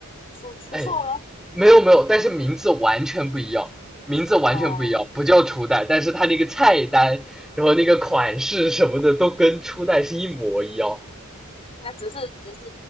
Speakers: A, on the left; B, in the centre.
A: 出出售了，
B: 哎，没有没有，但是名字完全不一样，名字完全不一样，
A: 嗯，
B: 不叫初代，但是他那个菜单，然后那个款式什么的都跟初代是一模一样，
A: 那只是只是